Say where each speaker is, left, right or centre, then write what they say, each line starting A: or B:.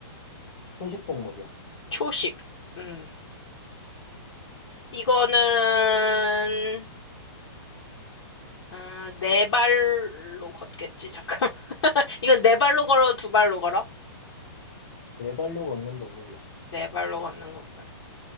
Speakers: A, on the left; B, on the left.
A: 초식 동물이야.
B: 초식. 음. 이거는, 아, 네 발로 걷겠지. 잠깐. <laughs> 이건 네 발로 걸어, 두 발로 걸어?
A: 네 발로 걷는 동물이야.
B: 네 발로 걷는 건말